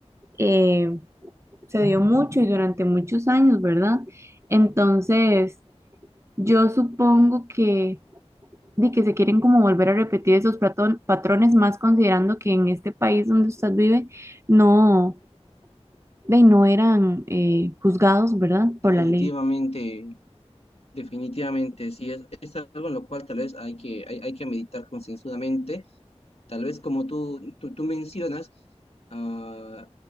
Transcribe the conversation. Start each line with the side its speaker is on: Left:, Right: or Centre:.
Right: Eh, se dio mucho y durante muchos años, ¿verdad? Entonces, yo supongo que, di que se quieren como volver a repetir esos pratón- patrones, más considerando que en este país donde usted vive no, de, no eran eh, juzgados, ¿verdad?
Left: Definitivamente
Right: Por la ley.
Left: Definitivamente, sí, es, es algo en lo cual tal vez hay que, hay, hay que meditar concienzudamente. Tal vez como tú, tú, tú mencionas, ah,